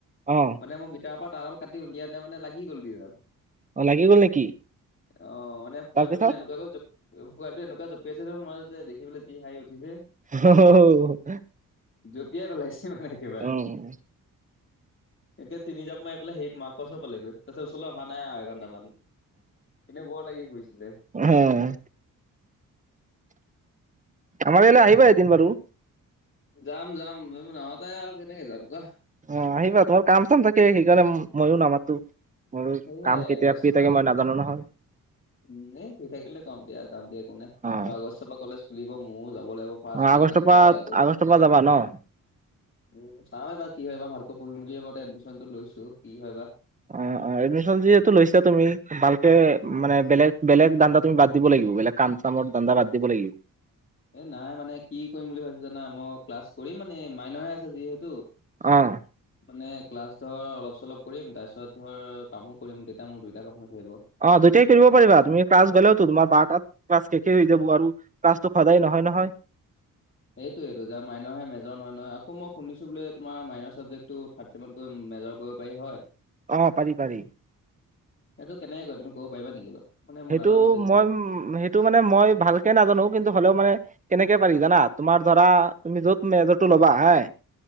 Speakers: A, on the right; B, on the left.
A: অঁ।
B: মানে মই মিটাৰ পা তাৰডাল কাটি উলিয়াটে মানে লাগি গ'ল দুইডাল।
A: অ লাগি গ'ল নেকি?
B: অ মানে পোৱালিটো
A: তাৰপিছত
B: মানে এনেকুৱাকৈ জ- পোৱালিটো এনেকুৱা জপিইছে যে মই যে দেখি পেলাই যি হাঁহি উঠিছে।
A: <unintelligible>
B: জঁপিয়াই পেলাইছে মানে একেবাৰে।
A: অ',
B: এতিয়া তিনি যাপ মাই পেলাই সেই মাক- ক'ৰ ওচৰ পালেগৈ, তাৰ পিছত ওচৰলৈ অহা নাই আও এঘণ্টামান। এনে বৰ লাগি ফুৰিছিলে।
A: উম। আমাৰ ইয়ালে আহিবা এদিন বাৰু।
B: যাম যাম, নামাতাই আৰু কেনেকে যাম কোৱা?
A: অঁ আহিবা, তোমাৰ কাম চাম থাকে সেইকাৰণে মইয়ো নামাতো। মোৰ
B: সেয়াই
A: কাম কেতিয়া
B: আগষ্টৰ
A: ফ্ৰী
B: পৰা
A: থাকে মই নাজানো নহয়।
B: উম এই শুই থাকিলে কম দিয়া যাম দিয়া একো নাই,
A: অ',
B: আৰু আগষ্ট পা কলেজ- খোলিব মৌ যাব লাগিব। ফাৰ্ষ্ট
A: অঁ
B: ফাৰ্ষ্ট
A: আগষ্টৰ
B: কেনেকুৱা
A: পৰা
B: হয় আকৌ
A: আগষ্টৰ পৰা যাবা ন?
B: উম চাও এইবাৰ কি হয়। এইবা ভালকৈ পঢ়িম বুলিয়ে ক এডমিচনটো লৈছো, কি হয় বা।
A: অঁ অঁ এডমিশ্যন যিহেতু লৈছা তুমি। ভালকে
B: উম,
A: মানে বেলেগ বেলেগ ধান্দা তুমি বাদ দিব লাগিব, বেলেগ কাম চামৰ ধান্দা বাদ দিব লাগিব।
B: এ নাই মানে কি কৰিম বুলি ভাবিছো জানা? ম‌ই ক্লাছ কৰিম মানে মাইনৰহে আছে যিহেতু।
A: অ',
B: মানে ক্লাছ ধৰ অলপ চলপ কৰিম। তাৰপিছত ধৰ কামো কৰিম তেতিয়া মোৰ দুইটা কাম হৈ থাকিব।
A: অ দুইটাই কৰিব পাৰিবা। তুমি ক্লাছ গ'লেওটো তোমাৰ বাৰ তাত ক্লাছ শেষে হৈ যাব আৰু। ক্লাছতো সদায় নহয় নহয়।
B: সেইটোয়েইটো যাৰ মাইনৰহে মেজৰ নহয় নহয়। আকৌ ম‌ই শুনিছো বোলে তোমাৰ মাইনৰ চাবজেক্টটোত। থাৰ্ড চেমত গৈ মেজৰ কৰিব পাৰি হয়?
A: অ পাৰি পাৰি।
B: এইটো কেনেকে কৰে তুমি কব পাৰা নেকি অলপ। মানে মই
A: সেইটো
B: নাজানো যে এইটো
A: মই
B: কথা
A: উ সেইটো মানে মই ভালকে নাজানো কিন্তু হ'লেও মানে- কেনেকে পাৰি জানা তোমাৰ ধৰা, তুমি যত মেজৰতটো ল'বা হে-